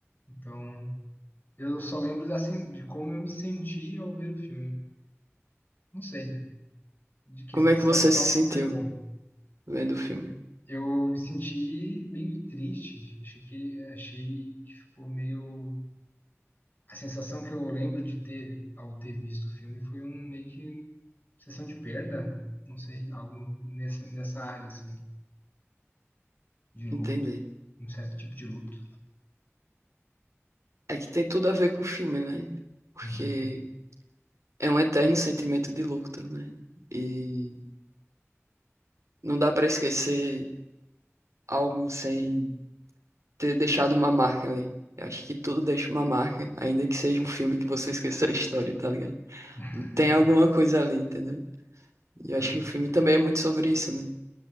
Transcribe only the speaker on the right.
Como
é que
você
se sentiu
vendo o filme?
Entendi.
É que tem tudo a ver com o filme, né? Porque
é um eterno sentimento de luto, né? E não dá pra esquecer algo sem ter deixado uma marca ali. Eu acho que tudo deixa uma marca, ainda que seja um filme que você esqueceu a história, tá ligado?
Tem alguma coisa ali, entendeu? E eu
acho que o filme também é muito sobre isso, né?